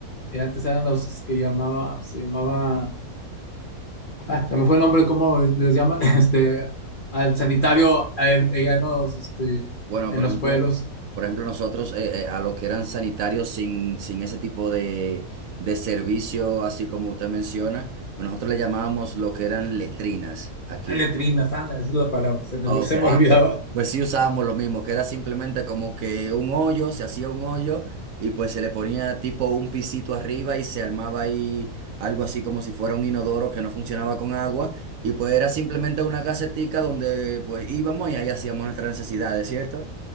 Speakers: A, on the left (about 50°); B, on the right (about 70°).
A: eh, antes eran los que llamaba, se llamaban Ah, se me fue el nombre, ¿cómo les, les llaman? <laughs> Este, al sanitario, a él- allá en los, este,
B: Bueno,
A: en
B: por
A: los
B: ejemplo,
A: pueblos.
B: por ejemplo, nosotros eh, eh, a los que eran sanitarios sin, sin ese tipo de, de servicio, así como usted menciona, pues nosotros le llamábamos lo que eran letrinas aquí.
A: A letrinas, anda, esa es la palabra, se me,
B: Ok,
A: se me
B: ah,
A: olvidaba.
B: pues, pues sí usábamos lo mismo, que era simplemente como que un hoyo, se hacía un hoyo y pues se le ponía tipo un pisito arriba y se armaba ahí algo así como si fuera un inodoro que no funcionaba con agua y pues era simplemente una casetica donde pues íbamos y ahí hacíamos nuestras necesidades, ¿cierto?